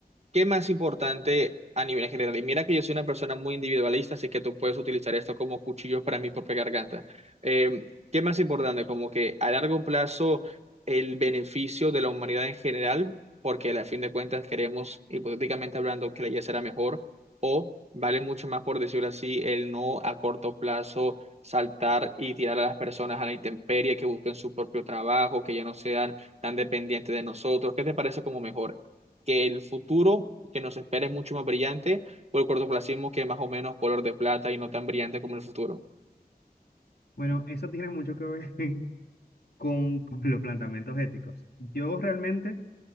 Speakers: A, on the right; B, on the left.
A: ¿qué más importante a nivel general? Y mira que yo soy una persona muy individualista, así que tú puedes utilizar esto como cuchillos para mi propia garganta. Eh, ¿qué más importante? Como que a largo plazo el beneficio de la humanidad en general, porque a fin de cuentas queremos, hipotéticamente hablando, que la vida será mejor, o vale mucho más, por decirlo así, el no a corto plazo saltar y tirar a las personas a la intemperie, que busquen su propio trabajo, que ya no sean tan dependientes de nosotros. ¿Qué te parece como mejor? ¿Que el futuro que nos espera es mucho más brillante o el cortoplacismo que es más o menos color de plata y no tan brillante como el futuro?
B: Bueno, eso tiene mucho que ver <laughs> con, con los planteamientos éticos. Yo realmente...